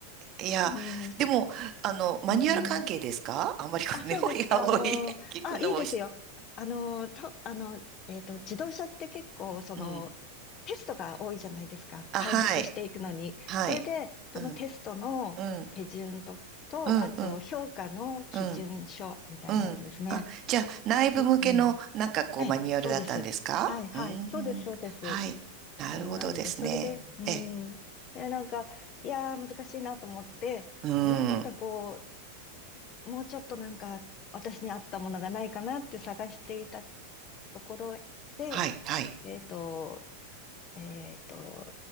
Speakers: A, on the right; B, on the left.
A: いや、
B: うん、面白い
A: でも、あの、マニュアル関係ですか
B: うん
A: <laughs> あんまりこうね、
B: あ、そうです。
A: おやおい、
B: あのー、
A: <laughs> 聞くのもし、
B: あ、いいですよ。あのー、と、あの、えっと、自動車って結構、その、
A: うん。
B: テストが多いじゃないですか。
A: あ、
B: 開発していくのに。
A: はい、はい。
B: それで、そのテストの手順と、
A: うん、うん、
B: と、
A: うん、
B: あと、
A: うん、
B: 評価の基準書みたいなやつですね。
A: うん、うん。あ、じゃあ、内部向けの、
B: うん。
A: なんかこう、
B: ええ、
A: マニュアルだったんですかうー
B: そうです。はい、はい。そうです、そうです。
A: ん、はい。なるほどですね。
B: そうなんですよ。それで、うん。
A: え
B: え、なんか、いやー、難しいなと思って、
A: うん。
B: 何かこもうちょっとなんか私に合ったものがないかなって探していたところで、
A: はい、はい。
B: えっと、えっと、